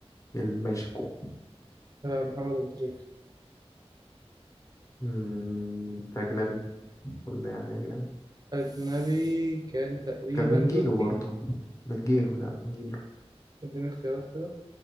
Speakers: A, on the left; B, on the right.
A: الماجيكو
B: آه، محمد أبو تريكة
A: مم، أجنبي ولا يعني أجنبي
B: أجنبي كان تقريبا
A: كان من جيله
B: توتي
A: برضه من جيله لا من جيله
B: اديني اختيارات كده